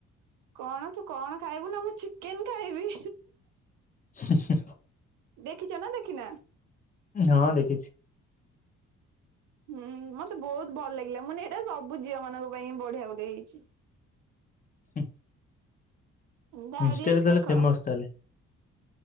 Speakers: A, on the right (about 80°); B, on the left (about 25°).
A: କଣ ତୁ କଣ ଖାଇବୁ ନା ମୁଁ ଚିକେନ ଖାଇବି।
B: <unintelligible>
A: ଖିଚ ନା ଦେଖିନା।
B: ଉଁ ହଁ ଦେଖିଛି।
A: ହୁଁ ମତେ ବୋହୁତ ଭଲ ଲାଗିଲା ମୁଁ କହିନି ଏଟା ସବୁ ଝିଅ ମାନଙ୍କ ପାଇଁ ବଢିଆ ଗୋଟେ ହେଇଚି। <inaudible>
B: <unintelligible>
A: ତା
B: ଇନଷ୍ଟାରେ
A: ରିଲସ
B: ତାହେଲେ
A: ଦେଖ
B: ଫେମସ ତାହେଲେ।